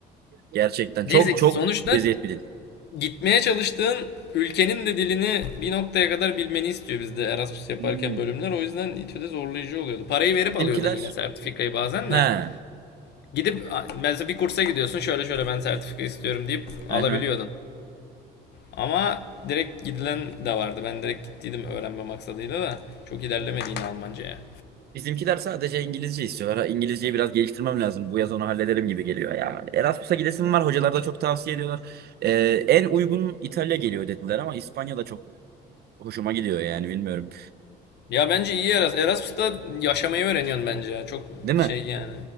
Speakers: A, on the right; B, on the left.
A: Gerçekten
B: Neyse
A: çok çok
B: sonuçta
A: eziyet bir dil.
B: gitmeye çalıştığın ülkenin de dilini bir noktaya kadar bilmeni istiyor bizde Erasmus yaparken
A: Hmm.
B: bölümler. O yüzden İTÜ'de zorlayıcı oluyordu. Parayı verip alıyordun
A: Bizimkiler
B: yine sertifikayı bazen
A: he.
B: de.
A: Hı
B: Gidip mesela bir kursa gidiyorsun şöyle şöyle ben sertifika istiyorum deyip alabiliyordun.
A: hı.
B: Ama direkt gidilen de vardı. Ben direkt gittiydim öğrenme maksadıyla da çok ilerlemedi Almanca'ya.
A: Bizimkiler sadece İngilizce istiyorlar. Ha, İngilizceyi biraz geliştirmem lazım. Bu yaz onu hallederim gibi geliyor ya. Erasmus'a gidesim var. Hocalar da çok tavsiye ediyorlar. Ee, en uygun İtalya geliyor dediler ama İspanya da çok hoşuma gidiyor yani bilmiyorum.
B: Ya bence iyi Erasmus. Erasmus'ta yaşamayı öğreniyorsun bence ya. Çok
A: Değil mi?
B: şey yani.